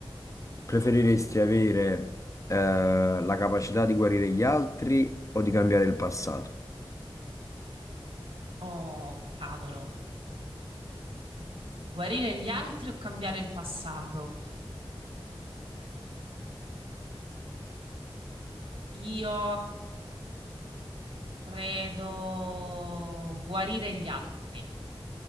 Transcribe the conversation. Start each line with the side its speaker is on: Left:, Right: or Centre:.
Left: preferiresti avere, eh, la capacità di guarire gli altri o di cambiare il passato?
Right: Oh, cavolo. Guarire gli altri o cambiare il passato? Io credo guarire gli altri.